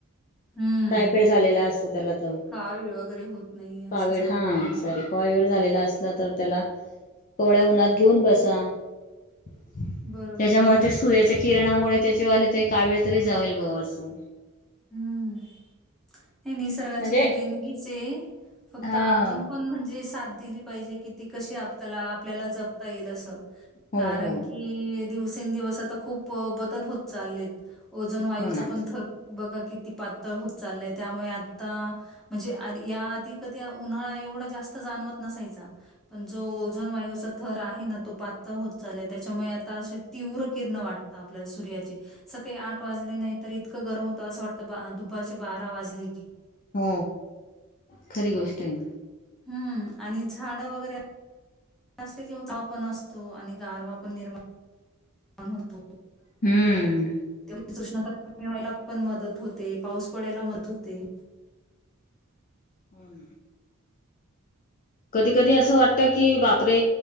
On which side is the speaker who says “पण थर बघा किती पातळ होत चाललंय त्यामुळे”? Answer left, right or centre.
Centre